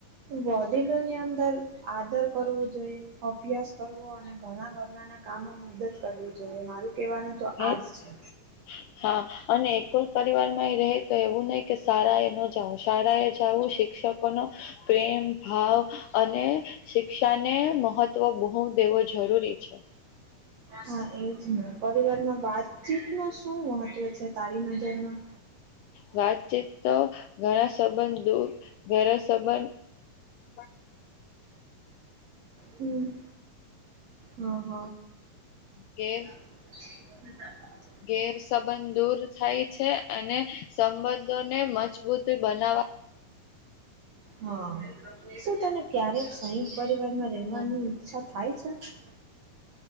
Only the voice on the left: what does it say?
હે,
<inaudible> હા અને એકુલ પરિવાર માં રહે તો એવું નહી કે શાળા એ ન જાવું શાળા એ જાવું શિક્ષક. બનો પ્રેમ ભાવ અને શિક્ષા. ને મહત્વ બોહ દેવું જરૂરી છે.
વાતચીત તો ઘણા સંબંધ દુઃખ ઘણા સંબંધ. હ.
કે.
ગેર સબંધ દૂર થાય છે અને સંબંધોને મજબૂત બનાવા
હમ